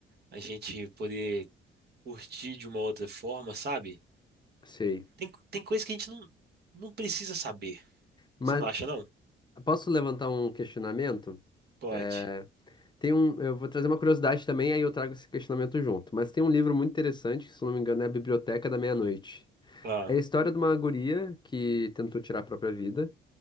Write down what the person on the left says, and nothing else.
sei.
Mas
posso levantar um questionamento?
É, Tem um, eu vou trazer uma curiosidade também, aí eu trago esse questionamento junto. Mas tem um livro muito interessante, que, se eu não me engano, é A Biblioteca da Meia-Noite.
É a história de uma guria que tentou tirar a própria vida.